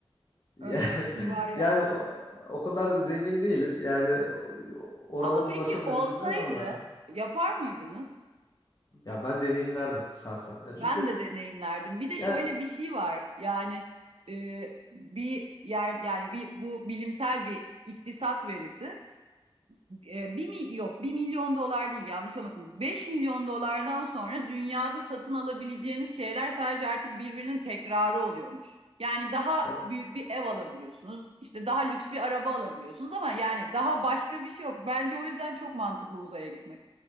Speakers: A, on the left; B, on the right.
A: Ya,
B: Öyle
A: <laughs>
B: bir şey var yani.
A: yani o, ka- o kadar zengin değiliz. Yani o- oralara
B: Ama peki
A: ulaşır
B: olsaydı
A: mıyız bilmiyorum ama
B: yapar mıydınız?
A: ya ben deneyimlerdim şahsen. Ya
B: Ben
A: çünkü
B: de deneyimlerdim. Bir de
A: ya,
B: şöyle bir şey var. Yani e, bir yer yani bir bu bilimsel bir iktisat verisi. E, bir mi yok bir milyon dolar değil yanlış olmasın. 5 milyon dolardan sonra dünyada satın alabileceğiniz şeyler sadece artık birbirinin tekrarı oluyormuş. Yani daha
A: ya
B: büyük bir ev alabiliyorsunuz. İşte daha lüks bir araba alabiliyorsunuz ama yani daha başka bir şey yok. Bence o yüzden çok mantıklı uzaya gitmek.